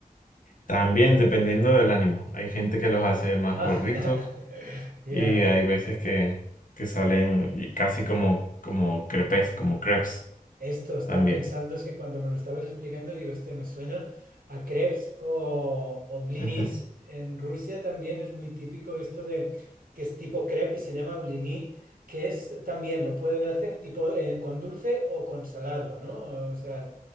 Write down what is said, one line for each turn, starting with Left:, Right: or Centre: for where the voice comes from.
Left: También dependiendo del ánimo. Hay gente que los hace más
Right: Ah,
Left: gorditos
Right: <laughs>
Left: y
Right: ya.
Left: hay veces que, que salen y casi como, como crepes, como crepes
Right: Esto, estaba
Left: también.
Right: pensando, es que cuando me lo estabas explicando, digo, este me suena a crepes o, o blinis.
Left: Ujú.
Right: En Rusia también es muy típico esto de que es tipo crepe y se llama blini, que es también lo pueden hacer tipo eh, con dulce o con salado, ¿no? O sea,